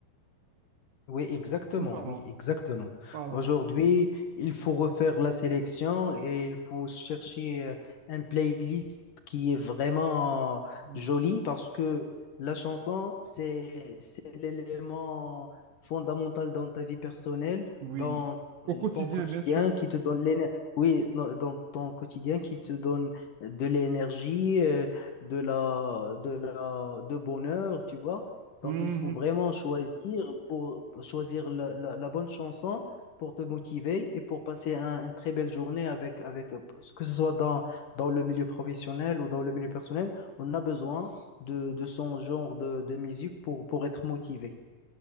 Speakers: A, on the left; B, on the right.
A: Oui, exactement,
B: Voilà,
A: oui, exactement.
B: voilà.
A: Aujourd'hui, il faut refaire la sélection et il faut chercher euh, un playlist qui est vraiment
B: Mm.
A: joli parce que la chanson, c'est, c'est l'élément fondamental dans ta vie personnelle,
B: Oui.
A: dans
B: Au quotidien,
A: ton quotidien
B: bien sûr.
A: qui te donne l'énergie, oui, dans dans ton quotidien qui te donne de l'énergie, euh, de la, de la, de bonheur, tu vois. Donc,
B: Mhm.
A: il faut vraiment choisir pour pour choisir la, la- la bonne chanson pour te motiver et pour passer un- une très belle journée avec, avec que ce soit dans, dans le milieu professionnel ou dans le milieu personnel, on a besoin de, de son genre de, de musique pour, pour être motivé.